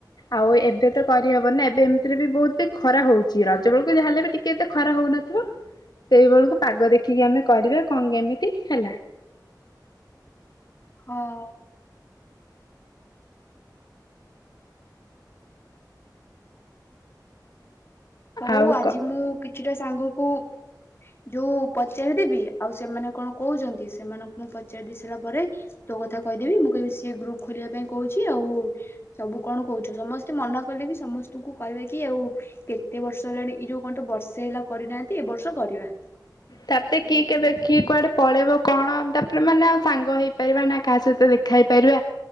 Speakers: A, on the left; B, on the left.
A: ଆଉ ଏବେ ତ କରିହବ ନା ଏବେ ଏମିତିରେ ବି ବହୁତ ଖରାହଉଛି ରଜ ବେଳକୁ ଯାହା ହେଲେ ବି ଟିକେ ଖରା ହଉନଥିବ ସେଇ ବେଳକୁ ପାଗଦେଖିକି ଆମେ କରିବା କଣ କେମିତି ହେଲା।
B: ହଁ। ହଉ
A: ଆଉ
B: ଆଜି
A: କ
B: ମୁଁ କିଛିଟା ସାଙ୍ଗ କୁ ଯୋଉ ପଚାରିଦେବି ଆଉ ସେମାନେ କଣ କହୁଛନ୍ତି ସେମାନଙ୍କୁ ମୁଁ ପଚାରି ଦେଇ ସାରିଲା ପରେ ତୋ କଥା କହିଦେବି ମୁଁ କହିବି ସିଏ ଗ୍ରୁପ ଖୋଲିବା ପାଇଁ କହୁଛି ଆଉ ସବୁ କଣ କହୁଛ ସମସ୍ତେ ମନା କଲେ ବି ସମସ୍ତଙ୍କୁ କହିବା କି ଆଉ କେ ଏତେବର୍ଷ ହେଲାଣି ଏଇଯୋଉ କଣ ତ ବର୍ଷେ ହେଲା କରିନାହାନ୍ତି ଏ ବର୍ଷ କରିବା।
A: ତାପରେ କିଏ କେବେ କିଏ କୁଆଡେ ପଳେଇବ କଣ ତାପରେ ମାନେ ଆଉ ସାଙ୍ଗ ହେଇପାରିବ ନାହି। କାହା ସହିତ ଦେଖାହେଇପାରିବା